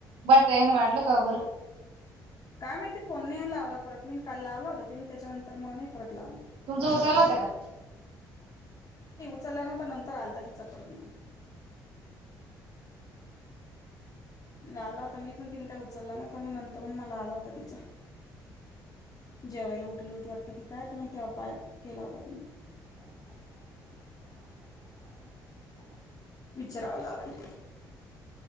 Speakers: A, on the right; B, on the left.
A: बट तेन वाटलं का बर
B: काय माहिती फोनने लावला परत मी काल लावला होता तिने त्याच्यानंतर मग परत लावलं
A: तुमचं उचलला होता का
B: नता नंतर आलता तिचा प्रमान लावला होता मी पण तिने काही उचलला नव्हता मग नंतरून मला आला होता तिचा जेवायला उठली होती वाटत की काय तर मग ते अपाय केला होता तिने
A: <inaudible>
B: विचारावं लागल.